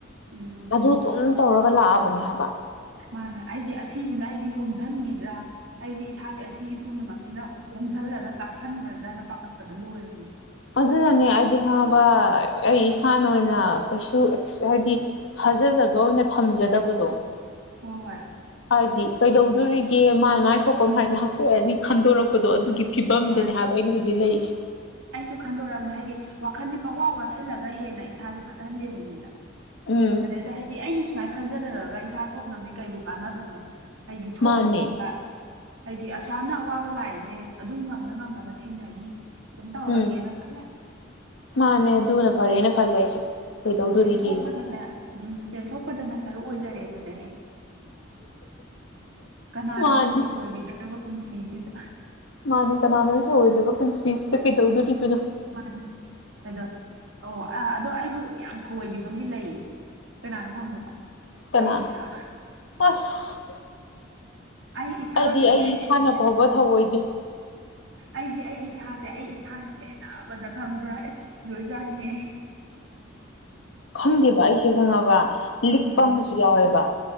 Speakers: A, on the right; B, on the left.
A: ꯎꯝ
B: ꯑꯗꯨ ꯑꯗꯨꯝ ꯇꯧꯔꯒ ꯂꯥꯛꯑꯕꯅꯦ ꯍꯥꯢꯕ
A: ꯃꯥꯅ ꯑꯩꯗꯤ ꯑꯁꯤꯖꯤꯅ ꯑꯩꯗꯤ ꯌꯣꯝꯖꯟꯒꯤꯗ꯭ꯔꯥ ꯑꯩꯖꯦ ꯏꯁꯥꯖꯦ ꯑꯁꯤ ꯄꯨꯝꯅꯃꯛꯁꯤꯅ ꯑꯣꯝꯖꯜꯂꯒ ꯆꯥꯁꯟꯒ꯭ꯔꯗ꯭ꯔꯅ ꯄꯥꯈꯠꯄꯗ ꯂꯣꯢꯔꯕꯅꯤ ꯑꯩ
B: ꯑꯗꯨꯅꯅꯦ ꯑꯩꯗꯤ ꯍꯪꯑꯕ ꯑꯩ ꯏꯁꯥꯅ ꯑꯣꯢꯅ ꯀꯩꯁꯨ ꯍꯥꯢꯗꯤ ꯊꯥꯖꯖꯕ ꯑꯣꯢꯅ ꯊꯝꯖꯗꯕꯗꯣ
A: ꯍꯣ ꯍꯣꯢ
B: ꯍꯥꯢꯗꯤ ꯀꯩꯗꯧꯗꯨꯔꯤꯒꯦ ꯃꯥꯢ ꯃꯥꯢ ꯊꯣꯛꯄ
A: ꯎꯝ
B: ꯃꯥꯢ ꯂꯥꯛꯆꯔꯅꯤ ꯈꯟꯗꯣꯔꯛ ꯑꯗꯣ ꯑꯗꯨꯒꯤ ꯐꯤꯕꯝꯗꯅꯦ
A: ꯃꯥꯅꯦ
B: ꯍꯥꯢꯕ ꯑꯩꯅ ꯍꯧꯖꯤꯛ ꯂꯩꯔꯤꯁꯤ
A: ꯑꯩꯁꯨ ꯈꯟꯗꯣꯔꯑꯕꯅꯦ ꯍꯥꯢꯗꯤ ꯋꯥꯈꯟꯖꯦ ꯄꯪꯋꯥ ꯋꯥꯁꯤꯜꯂꯒ ꯍꯦꯟꯅ ꯏꯁꯥꯖꯦ ꯐꯠꯍꯟꯗꯦꯕ ꯑꯩꯉꯣꯟꯗ
B: ꯎꯝ
A: ꯗꯨꯗ ꯍꯥꯢꯗꯤ ꯑꯩꯅ ꯁꯨꯃꯥꯢ ꯈꯟꯖꯜꯂꯔꯒ ꯏꯁꯥ ꯁꯣꯛꯅꯕꯅꯦ ꯀꯩꯕꯨ ꯀꯥꯟꯅꯕꯅꯣ ꯑꯩꯗꯤ ꯊꯣꯛꯑ
B: ꯃꯥꯅꯦ
A: ꯊꯣꯛꯑꯕ ꯍꯥꯢꯗꯤ ꯑꯁꯨꯌꯥꯝꯅ ꯑꯋꯥꯕ ꯂꯥꯛꯏꯖꯦ ꯑꯗꯨꯝ ꯉꯝꯅ ꯉꯝꯅꯕ ꯊꯦꯡꯅꯈꯤ ꯑꯗꯨꯝ ꯇꯧꯔꯒꯦꯅ
B: ꯎꯝ
A: ꯈꯜꯂꯦ
B: ꯃꯥꯅꯦ ꯑꯗꯨꯅ ꯐꯔꯦꯅ ꯈꯜꯂꯦ ꯑꯩꯁꯨ ꯀꯩꯗꯧꯗꯣꯔꯤꯒꯦꯅ
A: ꯄꯦꯟꯊꯣꯛꯄꯗꯅ ꯎꯝ ꯄꯦꯟꯊꯣꯛꯄꯗꯅ ꯁꯔꯨꯛ ꯑꯣꯢꯖꯔꯦ ꯑꯗꯨꯅꯦ ꯑꯩ ꯀꯅꯥꯅꯁꯨ
B: ꯃꯥꯅꯤ
A: ꯊꯧꯑꯣꯢꯕꯤꯗ꯭ꯔꯕ ꯄꯨꯟꯁꯤꯖꯤꯗ
B: ꯃꯥꯅꯦ ꯀꯅꯥꯅꯖꯨ ꯊꯧꯑꯣꯢꯗ꯭ꯔꯕ ꯄꯨꯟꯁꯤꯖꯤꯗ ꯀꯩꯗꯧꯗꯨꯔꯤꯕꯅꯣ
A: ꯃꯥ ꯑꯗꯨꯝ ꯀꯩꯗꯧ ꯑꯣ ꯑ ꯑꯗꯣ ꯑꯩꯕꯨꯗ ꯌꯥꯝ ꯊꯑꯣꯢꯕꯤꯕꯝ ꯃꯤ ꯂꯩꯌꯦ ꯀꯅꯥꯅꯣ ꯈꯪꯕ꯭ꯔꯣ
B: ꯀꯅꯥ
A: ꯑꯩ ꯏꯁꯥ
B: ꯑꯁ
A: ꯑꯩ ꯏꯁꯥꯅꯗꯤ
B: ꯑꯩꯗꯤ ꯑꯩ
A: ꯑꯩꯖꯦ
B: ꯏꯁꯥꯅ
A: ꯁꯤ
B: ꯐꯥꯎꯕ
A: ꯎꯝ
B: ꯊꯧꯑꯣꯏꯗꯦ
A: ꯑꯩꯗꯤ ꯑꯩ ꯏꯁꯥꯖꯦ ꯑꯩ ꯏꯁꯥꯅ ꯁꯦꯅꯕꯗ ꯈꯪꯕ꯭ꯔꯥ ꯑꯦꯁ ꯂꯣꯢꯖꯅꯤꯍꯦ
B: ꯈꯪꯗꯦꯕ ꯑꯩꯁꯦ ꯈꯪꯉꯕ ꯂꯤꯛꯄ
A: ꯎꯝ
B: ꯑꯃꯁꯨ ꯌꯥꯎꯋꯦꯕ